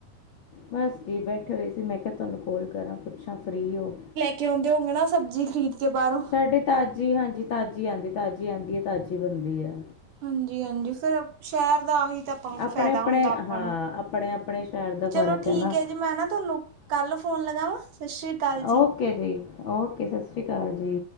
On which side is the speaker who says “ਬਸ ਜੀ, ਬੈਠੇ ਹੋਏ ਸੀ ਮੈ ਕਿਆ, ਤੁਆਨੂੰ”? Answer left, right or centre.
Left